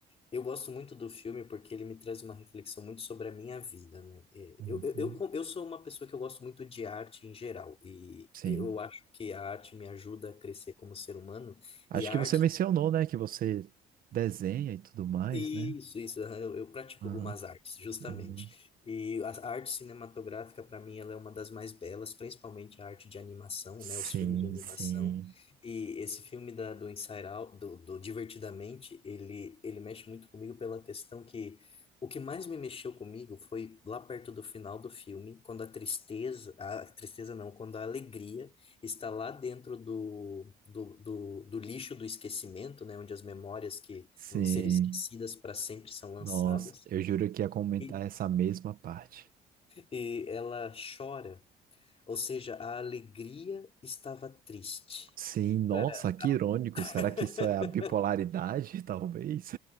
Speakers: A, on the left; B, on the right.
A: eu gosto muito do filme porque ele me traz uma reflexão muito sobre a minha vida, né? E
B: Uhum.
A: Eu, eu, eu, com- eu sou uma pessoa que eu gosto muito de arte em geral, e
B: Sim.
A: eu acho que a arte me ajuda a crescer como ser humano,
B: Acho
A: e a
B: que
A: arte
B: você mencionou, né, que você desenha e tudo mais,
A: Isso,
B: né?
A: isso. aham, Eu, eu pratico
B: Aham.
A: algumas artes, justamente.
B: Uhum.
A: E a a arte cinematográfica, para mim, ela é uma das mais belas, principalmente a arte de animação,
B: Sim,
A: né? Os filmes de animação.
B: sim,
A: E esse filme da, do Inside Out, do, do Divertidamente, ele, ele mexe muito comigo pela questão que o que mais me mexeu comigo foi lá perto do final do filme, quando a tristeza, a tristeza não, quando a alegria está lá dentro do, do, do, do lixo do esquecimento, né? Onde as memórias que
B: sim.
A: vão ser esquecidas para sempre, são lançadas.
B: Nossa, eu juro que ia comentar
A: E,
B: essa mesma parte.
A: e ela chora, ou seja, a alegria estava triste.
B: Sim, nossa,
A: Cara,
B: que irônico. Será
A: <laughs>
B: que isso é a bipolaridade, <laughs> talvez?